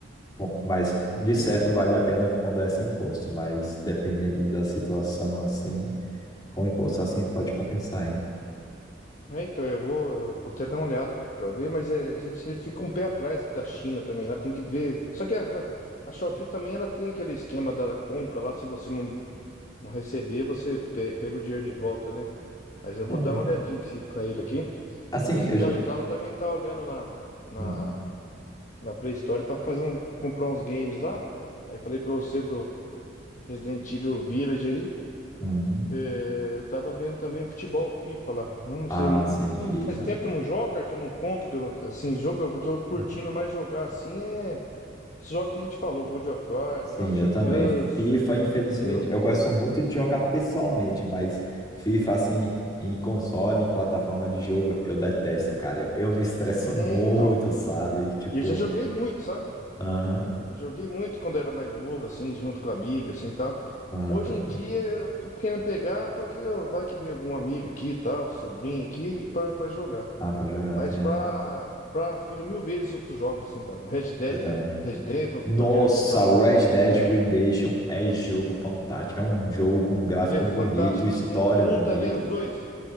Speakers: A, on the left; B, on the left.
A: Bom, Mas de
B: Sim.
A: certo vale a pena quando é sem imposto, mas dependendo da situação assim. Com o imposto assim pode compensar, hein?
B: É, então eu vou, eu vou até dar uma olhada pra ver, mas é, a gente fica um pé atrás da China também, lá tem que ver. Só que a, a Shopee também ela tem aquele esquema da, da compra lá, se você não, não receber, você pe- pega o dinheiro de volta, né? Mas eu vou
A: É.
B: dar uma olhadinha aqui pra ele aqui.
A: Assim,
B: Mas então,
A: eu. j-
B: eu tava também tá olhando na, na
A: Hum,
B: na Play Store pra fazer um, comprar uns games lá. Aí falei pra você do Resident Evil Village aí.
A: uhum.
B: É, eu tava vendo também futebol, FIFA lá. Não
A: Ah,
B: sei, não,
A: sim,
B: não-
A: FIFA.
B: faz tempo que eu não jogo, cara, que eu não compro, que eu não, assim, jogo, eu tô curtindo
A: Uhum.
B: mais jogar assim é esse jogo que a gente falou, God of War,
A: Sim,
B: The Last
A: eu
B: of
A: também.
B: Us.
A: FIFA, infelizmente,
B: Eu,
A: eu gosto muito de jogar pessoalmente, mas FIFA, assim, em console, em plataforma de jogo, eu detesto, cara. Eu me estresso muito,
B: é, então,
A: sabe? Tipo,
B: eu já joguei muito, sabe?
A: aham,
B: Já joguei muito quando era mais novo, assim, junto com a amiga, assim, e tal.
A: aham,
B: Hoje
A: pode
B: em
A: crer.
B: dia eu tô querendo pegar porque ó, vai que vem algum amigo aqui, e tal, um sobrinho aqui pra, pra jogar.
A: Ah, pra jogar,
B: Mas
A: tem
B: pra,
A: essa.
B: pra filho mil vezes outros jogos, assim, tá? Red Dead
A: Eu também.
B: Redemption,
A: Nossa,
B: que eu tô querendo comprar também.
A: Red Dead
B: diz que é-
A: Redemption é jogo fantástico. É um jogo com um gráfico
B: Ele é
A: bonito,
B: fantástico,
A: história
B: mas o um, o
A: bonita.
B: um também, os dois.